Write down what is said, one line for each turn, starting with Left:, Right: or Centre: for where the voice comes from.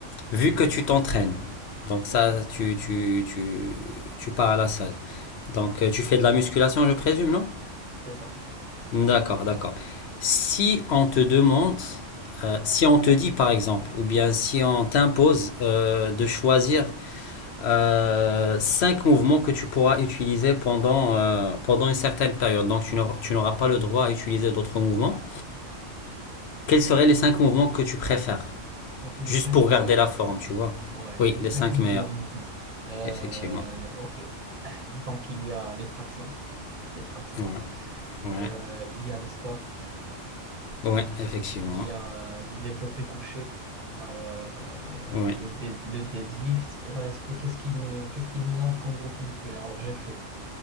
Left: Vu que tu t'entraînes, donc ça,
Right: Ouais,
Left: tu, tu, tu, tu pars à la salle. Donc euh, tu fais de la musculation, je présume, non?
Right: c'est ça.
Left: D'accord, d'accord. Si on te demande, euh, si on te dit par exemple, ou bien si on t'impose euh, de choisir euh, cinq mouvements que tu pourras utiliser pendant, euh, pendant une certaine période, donc tu n'auras tu n'auras pas le droit à utiliser d'autres mouvements, quels seraient les cinq mouvements que tu préfères?
Right: Donc, les
Left: Juste
Right: cinq
Left: pour
Right: meilleurs.
Left: garder la forme, tu vois.
Right: Ouais,
Left: Oui,
Right: les
Left: les
Right: cinq
Left: cinq
Right: meilleurs
Left: meilleurs,
Right: mouvements. Euh,
Left: effectivement.
Right: ok. Donc, il y a les tractions. Les tractions.
Left: Ouais, ouais,
Right: Euh, il y a les squats.
Left: ouais, effectivement.
Right: Il y a euh, le développé couché, euh,
Left: Ouais,
Right: le, dead- le deadlift. Et alors, est-ce que qu'est-ce qu'il me, qu'est-ce qu'il me manque en groupe musculaire? Alors, j'ai fait,